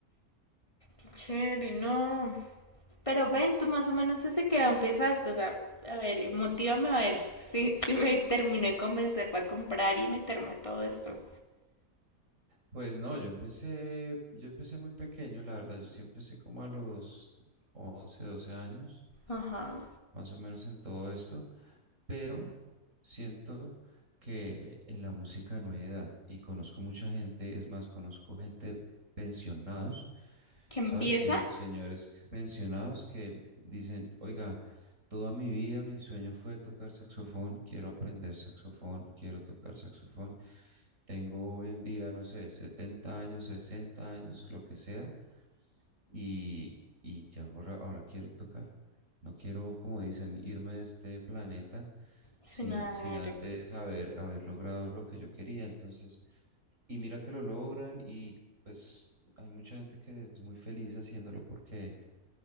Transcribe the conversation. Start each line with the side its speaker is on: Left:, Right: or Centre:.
Left: Qué chévere, no. Pero ven, tú más o menos desde que empezaste. O sea, a ver, motívame a ver si, si me terminé de convencer para comprar y meterme a todo esto.
Right: Pues no, yo empecé, yo empecé muy pequeño, la verdad, yo sí empecé como a los 11 12 años
Left: Ajá.
Right: más o menos en todo esto, pero siento que en la música no hay edad y conozco mucha gente, es más, conozco gente pensionados,
Left: ¿Que empieza?
Right: ¿sabes? Se- señores pensionados que dicen, oiga, toda mi vida mi sueño fue tocar saxofón, quiero aprender saxofón, quiero tocar saxofón. Tengo hoy en día, no sé, 70 años, 60 años, lo que sea y, y ya ahora, ahora quiero tocar. No quiero, como dicen, irme de este planeta
Left: Sin
Right: sin,
Left: haber-
Right: sin antes haber, haber logrado lo que yo quería. Entonces, y mira que lo logran y pues hay mucha gente que es muy feliz haciéndolo porque